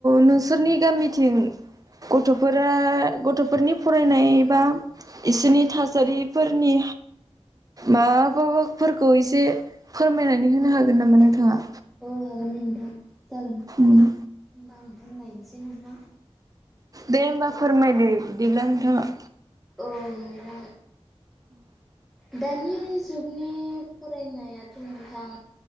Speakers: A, on the right; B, in the centre.
A: नोंसोरनि गामिथिं गथ'फोरा गथ'फोरनि फरायनाय बा इसोरनि थासारिफोरनि माबा- फोरखौ एसे फोरमायनानै होनो हागोन नामा नोंथाङा?
B: औ हागोन नोंथां जागोन
A: उम
B: होमबा आं फोरमायनोसै नोंथां
A: दे होमबा फोरमायदो बिदिब्ला नोंथाङा
B: ओ नोंथां दानि जुगनि फरायनायाथ' नोंथां